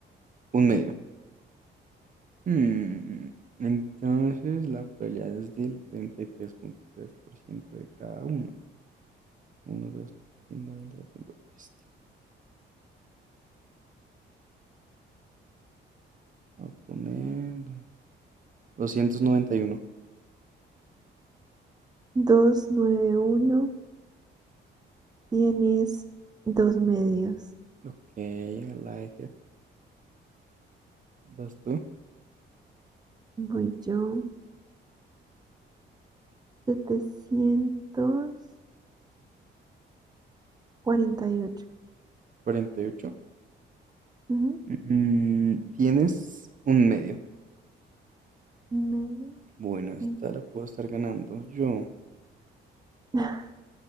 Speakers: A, on the right (about 40°); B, on the right (about 20°).
A: un medio. Mm, Entonces la probabilidad es del treinta y tres tres punto tres por ciento de cada uno. 1, 2, 3, 20, 25. Este. Voy a poner 291.
B: Dos nueve uno tienes dos medios.
A: Ok, I like it. ¿Vas tú?
B: Voy yo. Setecientos cuarenta y ocho.
A: 48.
B: Ujú,
A: Mm, tienes un medio.
B: Un medio.
A: Bueno, esta
B: ok.
A: la puedo estar ganando yo.
B: <laughs>